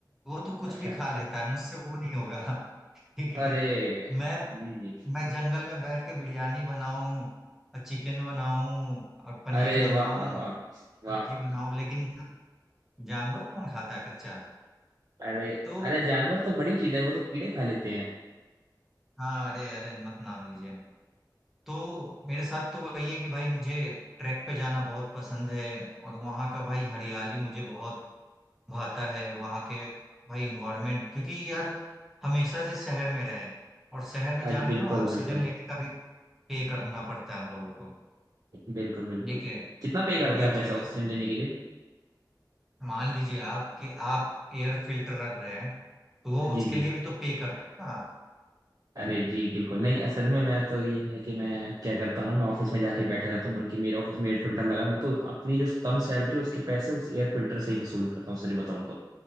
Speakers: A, in the centre; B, on the right.
A: वो तो कुछ
B: अच्छा
A: भी खा लेता है मुझसे वो नहीं होगा <laughs> ठीक
B: अरे
A: है मैं
B: जी जी
A: मैं जंगल में बैठ के बिरयानी बनाऊं और चिकन बनाऊं और पनीर
B: अरे
A: बनाऊं
B: वाह वाह वाह वाह
A: सब्जी
B: वाह।
A: बनाऊं लेकिन जानवर कौन खाता है कच्चा
B: अरे
A: तो
B: अरे जानवर तो बड़ी चीज है वो तो कीड़े खा लेते हैं
A: हाँ अरे अरे मत नाम लीजिए तो मेरे साथ तो वही है कि भाई मुझे ट्रैक पे जाना बहुत पसंद है और वहाँ का भाई हरियाली मुझे बहुत भाता है वहाँ के भाई इन्वायरमेंट क्योंकि यार हमेशा से शहर में रहे हैं, और शहर में जान
B: आज बिल्कुल
A: रहे हैं ना ऑक्सीजन
B: बिल्कुल
A: लेने का भी पे करना पड़ता है हम लोगों को
B: बिल्कुल बिल्कुल
A: ठीक है
B: कितना पे करते
A: ये
B: हैं आप ऐसे
A: चीज
B: ऑक्सीजन
A: है
B: लेने के लिए
A: मान लीजिए आप कि आप एयर फिल्टर रख रहे हैं तो वो
B: जी
A: उसके
B: जी
A: लिए भी तो पे कर रहे हैं ना आप
B: अरे जी बिल्कुल नहीं असल में मैं तो ये है कि मैं क्या करता हूँ ना मैं ऑफिस में जाके बैठा रहता हूँ बल्कि मेरे ऑफिस में एयर फिल्टर लगा मैं तो अपनी जो कम सैलरी है उसके पैसे उस एयर फिल्टर से ही वसूल करता हूँ सच बताऊँ तो